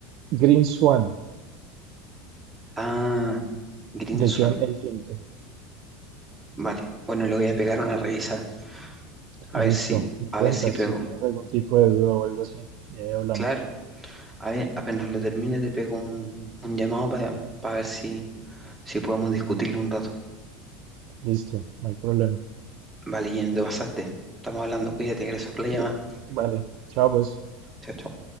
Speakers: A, on the right; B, on the right.
A: Green Swan
B: Ah, Green
A: de
B: Swan.
A: John Elkington.
B: Vale. Bueno, le voy a pegar una revisa. A
A: Listo,
B: ver si,
A: me
B: a
A: cuentas
B: ver si pego.
A: si tienes algún tipo de duda o algo así. Y ahí hablamos.
B: Claro. A ver, apenas lo termine te pego un, un llamado para ver si, si podemos discutirlo un rato.
A: Listo, no hay problema.
B: Vale, Gino, te pasaste. Estamos hablando. Cuídate, gracias por la llamada.
A: Bu- Vale, chao pues.
B: Chao, chao.